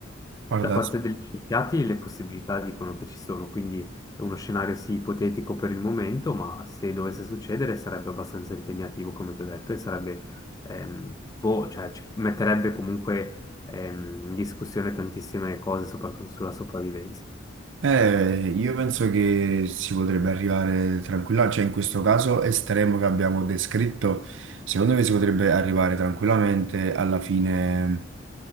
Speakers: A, on the right; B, on the left.
A: Eh,
B: Da
A: guarda,
B: parte degli scienziati le possibilità dicono che ci sono, quindi è uno scenario sì ipotetico per il momento, ma se dovesse succedere sarebbe abbastanza impegnativo, come ti ho detto, e sarebbe ehm, boh, cioè, ci metterebbe comunque ehm, in discussione tantissime cose, soprattutto sulla sopravvivenza.
A: eh, io penso che si potrebbe arrivare tranquillamente, cioè in questo caso estremo che abbiamo descritto, secondo me si potrebbe arrivare tranquillamente alla fine